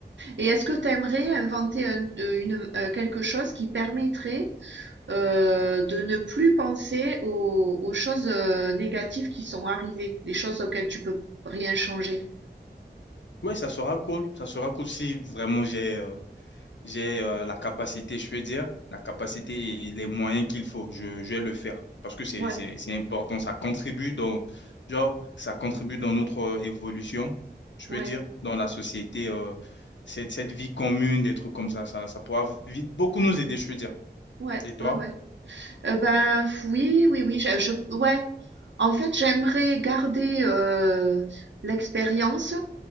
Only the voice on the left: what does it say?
Ouais, ça sera cool. Ça sera cool si vraiment j'ai euh, j'ai euh, la capacité, je peux dire, la capacité et les moyens qu'il faut. Je, je vais le faire parce que c'est,
c'est, c'est important. Ça contribue dans, genre, ça contribue dans notre euh, évolution, je
peux dire, dans la société, euh, cette, cette vie commune, des trucs comme ça, ça, ça pourra vi- beaucoup nous aider, je peux dire.
Et toi?